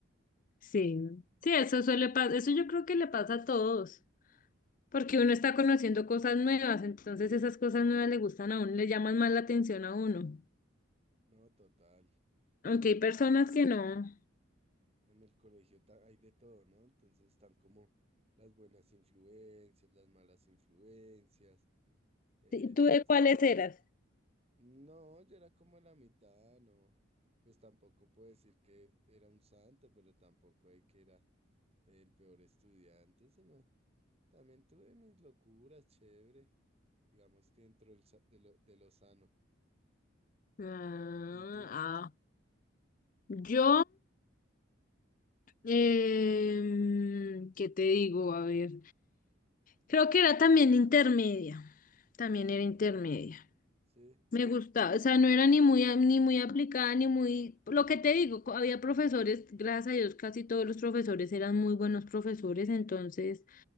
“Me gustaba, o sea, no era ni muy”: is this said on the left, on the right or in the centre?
Left